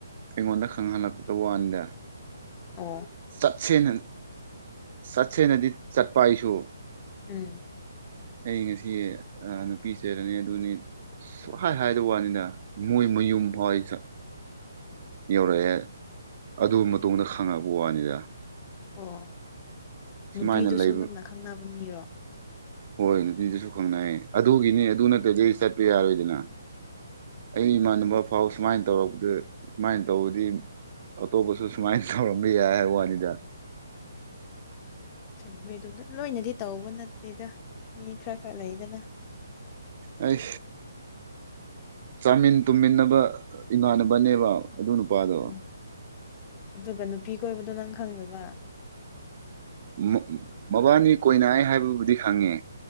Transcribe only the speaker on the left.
ꯑꯣ
ꯎꯝ
<inaudible>
ꯑꯣ ꯅꯨꯄꯤꯗꯨꯁꯨ
ꯅꯪꯅ ꯈꯪꯅꯕ ꯃꯤꯔꯣ
ꯆꯨꯝꯃꯦꯗ ꯂꯣꯏꯅꯗꯤ ꯇꯧꯕ ꯅꯠꯇꯦꯗ ꯃꯤ ꯈꯔ ꯈꯔ ꯂꯩꯗꯅ
ꯎꯝ ꯑꯗꯨꯒ ꯅꯨꯄꯤ ꯀꯣꯏꯕꯗꯣ ꯅꯪ ꯈꯪꯗꯕ